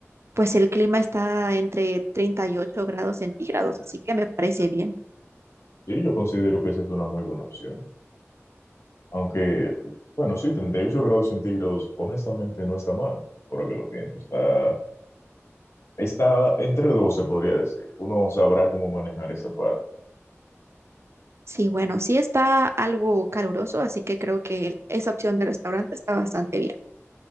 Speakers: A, on the right; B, on the left.
A: pues el clima está entre 38 grados centígrados, así que me parece bien.
B: Sí, yo considero que esa es una muy buena opción. Aunque, bueno, sí, 38 grados centígrados, honestamente no está mal, ahora que lo pienso. Está, está entre dos, se podría decir. Uno sabrá cómo manejar esa parte.
A: Sí, bueno, sí está algo caluroso, así que creo que esa opción de restaurante está bastante bien.